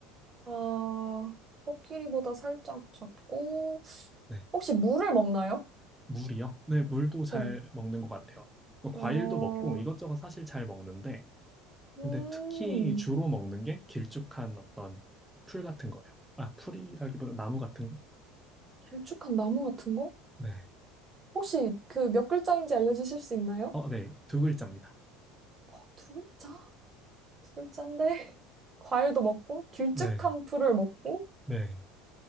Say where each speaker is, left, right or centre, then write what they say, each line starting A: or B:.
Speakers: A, on the right; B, in the centre.
A: 아, 코끼리보다 살짝 작고,
B: 네.
A: 혹시 물을 먹나요?
B: 물이요? 네, 물도 잘
A: 네.
B: 먹는 것 같아요. 뭐 과일도
A: 아,
B: 먹고 이것저것 사실 잘 먹는데,
A: 음,
B: 근데 특히 주로 먹는 게 길쭉한 어떤 풀 같은 거예요. 아, 풀이라기보다 나무 같은 거?
A: 길쭉한 나무 같은 거?
B: 네.
A: 혹시 그 몇 글자인지 알려주실 수 있나요?
B: 어, 네. 두 글자입니다.
A: 어, 두 글자? 풀잔인데 <laughs> 과일도 먹고 길쭉한
B: 네.
A: 풀을 먹고
B: 네.